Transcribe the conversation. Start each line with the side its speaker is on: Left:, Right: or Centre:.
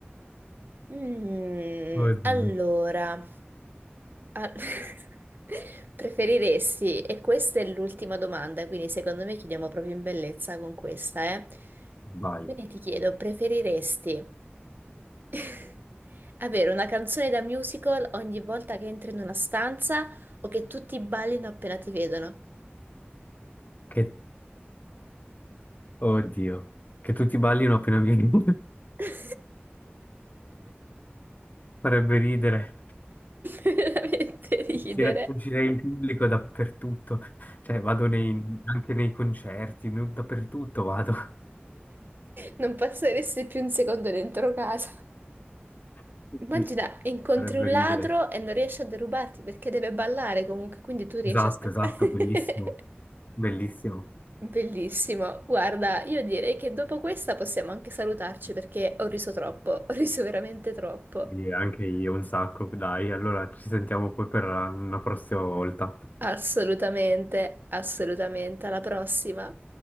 Right: Mm,
Left: Oddio.
Right: allora, a- <laughs> preferiresti, e questa è l'ultima domanda, quindi secondo me chiudiamo proprio in bellezza con questa, eh?
Left: Vai.
Right: Quindi ti chiedo, preferiresti <laughs> avere una canzone da musical ogni volta che entri in una stanza o che tutti ballino appena ti vedono?
Left: Che... Oddio. Che tutti ballino appena vieni. <laughs>
Right: <laughs>
Left: Farebbe ridere.
Right: Veramente ridere.
Left: Uscire, uscire in pubblico dappertutto, cioè vado nei- anche nei concerti, nu- dappertutto vado.
Right: Non passeresti più un secondo dentro casa.
Left: <laughs>
Right: Immagina,
Left: Sì,
Right: incontri
Left: farebbe
Right: un
Left: ridere.
Right: ladro e non riesci a derubarti perché deve ballare comunque, quindi tu riesci
Left: Esatto,
Right: a scappare.
Left: esatto,
Right: <laughs>
Left: bellissimo, bellissimo.
Right: Bellissimo. Guarda, io direi che dopo questa possiamo anche salutarci perché ho riso troppo, ho riso veramente troppo.
Left: Sì, anche io un sacco, dai, allora ci sentiamo poi per una prossima volta.
Right: Assolutamente, assolutamente. Alla prossima.